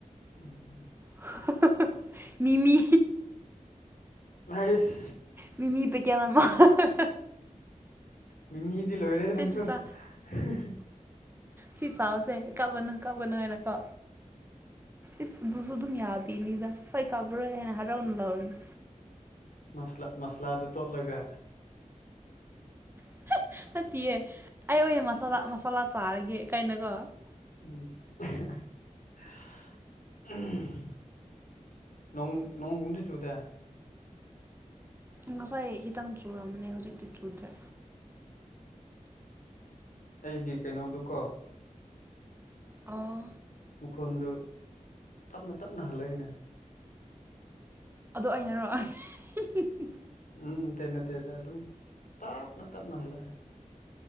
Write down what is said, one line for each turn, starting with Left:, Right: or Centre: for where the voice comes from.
Left: ꯎꯝ
Right: <unintelligible> ꯃꯤꯃꯤ
Left: ꯑꯩꯁ
Right: ꯃꯤꯃꯤ ꯄꯦꯀꯦꯠ ꯑꯃ <unintelligible>
Left: ꯃꯤꯃꯤꯗꯤ ꯂꯣꯏꯔꯦ
Right: ꯆꯦꯁꯤ
Left: ꯅꯪꯁꯨ
Right: ꯆꯥ
Left: <unintelligible>
Right: ꯁꯤ ꯆꯥꯎꯁꯦ ꯀꯞꯄꯅꯨ ꯀꯞꯄꯅꯨ ꯍꯥꯏꯅ ꯀꯣ ꯏꯁ ꯑꯗꯨꯁꯨ ꯑꯗꯨꯝ ꯌꯥꯕꯤꯅꯤꯗ ꯍꯣꯏ ꯀꯥꯞꯕ꯭ꯔꯣꯏ ꯍꯥꯏꯅ ꯍꯔꯥꯎꯅ ꯂꯧꯎꯅꯤ
Left: ꯃꯁ꯭ꯂꯥ ꯃꯁꯂꯥꯗꯨ ꯇꯣꯠꯂꯒ
Right: <unintelligible> ꯅꯠꯇꯤꯌꯦ ꯑꯩ ꯑꯣꯏꯅ ꯃꯁꯥꯂ ꯃꯁꯥꯂꯥ ꯆꯥꯔꯒꯦ ꯀꯩꯅꯒꯣ
Left: <unintelligible> ꯅꯣꯡ ꯅꯣꯡꯒꯨꯝꯗꯤ ꯆꯨꯗꯦ
Right: ꯉꯁꯥꯏ ꯈꯤꯇꯪ ꯆꯨꯨꯔꯝꯕꯅꯦ ꯍꯧꯖꯤꯛꯇꯤ ꯆꯨꯗ꯭ꯔꯦ
Left: ꯑꯩꯒꯤ ꯀꯩꯅꯣꯗꯨꯀꯣ
Right: ꯑꯣ
Left: ꯃꯈꯨꯟꯗꯨ ꯇꯞꯅ ꯇꯞꯅ ꯍꯜꯂꯛꯏꯅꯦ
Right: ꯑꯗꯣ ꯑꯩꯅꯔꯣ <unintelligible>
Left: ꯎꯝ ꯇꯦ ꯅꯠꯇꯦꯗ ꯑꯗꯨꯝ ꯇꯞꯅ ꯇꯞꯅ ꯍꯜꯂꯑꯦ